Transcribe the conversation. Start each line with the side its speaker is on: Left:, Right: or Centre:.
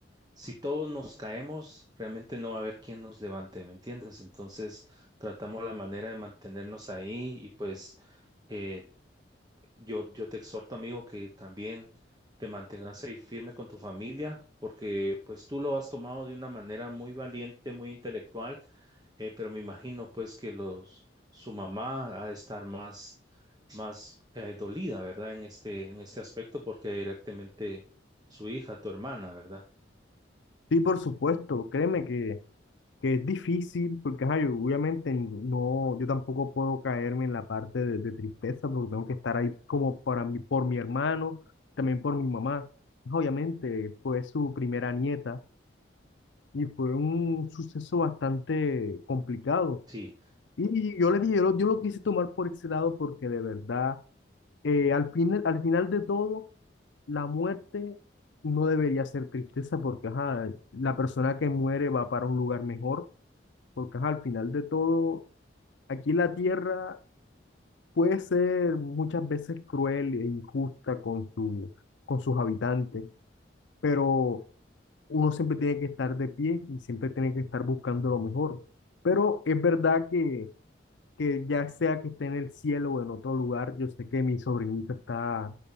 Right: si todos nos caemos, realmente no va a haber quien nos levante, ¿me entiendes? Entonces, tratamos la manera de mantenernos ahí y pues... eh, yo, yo te exhorto, amigo, que también te mantengas ahí firme con tu familia, porque pues tú lo has tomado de una manera muy valiente, muy intelectual, eh, pero me imagino pues que los, su mamá ha de estar más, más eh, dolida, ¿verdad? En este, en este aspecto, porque directamente su hija, tu hermana, ¿verdad?
Left: Sí, por supuesto, créeme que... que es difícil, porque ajá, yo obviamente no, yo tampoco puedo caerme en la parte de, de tristeza, porque tengo que estar ahí como para mí, por mi hermano, también por mi mamá. Obviamente fue su primera nieta y fue un suceso bastante complicado.
Right: Sí,
Left: Y yo le dije, yo lo, yo lo quise tomar por ese lado porque de verdad, eh, al fin, al final de todo, la muerte no debería ser tristeza porque ajá, la persona que muere va para un lugar mejor porque ajá, al final de todo Aquí la tierra puede ser muchas veces cruel e injusta con su, con sus habitantes, pero uno siempre tiene que estar de pie y siempre tiene que estar buscando lo mejor. Pero es verdad que, que ya sea que esté en el cielo o en otro lugar, yo sé que mi sobrinita está,